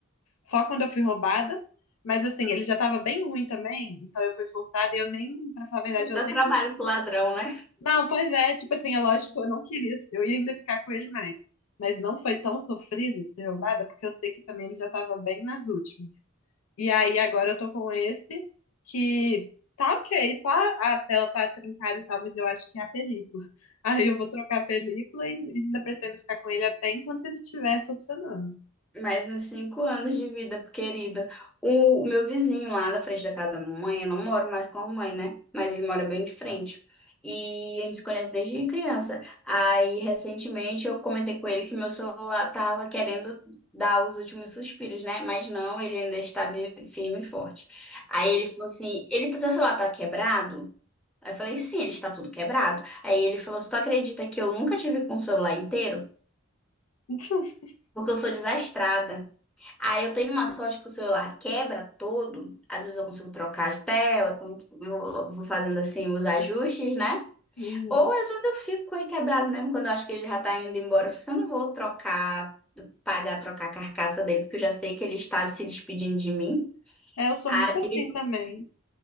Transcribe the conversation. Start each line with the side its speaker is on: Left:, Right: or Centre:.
Left: só quando eu fui roubada. Mas assim, ele já tava bem ruim também, então eu fui furtada e eu nem, pra falar a verdade, eu
Centre: Dá
Left: nem
Centre: trabalho pro ladrão, né?
Left: não, pois é, tipo assim, é lógico, eu não queria, eu ia ainda ficar com ele mais, mas não foi tão sofrido de ser roubada, porque eu sei que também ele já estava bem nas últimas. E aí agora eu tô com esse que tá ok, só a tela tá trincada e tal, mas eu acho que é a película. <laughs> Aí eu vou trocar a película e ainda pretendo ficar com ele até enquanto ele estiver funcionando.
Centre: Mais uns cinco anos de vida, querida. O, o meu vizinho lá da frente da casa da mamãe, eu não moro mais com a mamãe, né? Mas ele mora bem de frente. E a gente se conhece desde criança. Aí, recentemente, eu comentei com ele que meu celular tava querendo dar os últimos suspiros, né? Mas não, ele ainda está vi- firme e forte. Aí ele falou assim: ele, teu celular tá quebrado? Aí eu falei: sim, ele está tudo quebrado. Aí ele falou: se tu acredita que eu nunca tive com o celular inteiro?
Left: <laughs>
Centre: Porque eu sou desastrada. Aí eu tenho uma sorte que o celular quebra todo. Às vezes eu consigo trocar de tela, com- vou vou fazendo assim os ajustes, né?
Left: Hum.
Centre: Ou às vezes eu fico com ele quebrado mesmo quando eu acho que ele já tá indo embora. Eu falo assim, eu não vou trocar, pagar, trocar a carcaça dele, porque eu já sei que ele está se despedindo de mim.
Left: É, eu sou
Centre: Aí,
Left: muito assim também.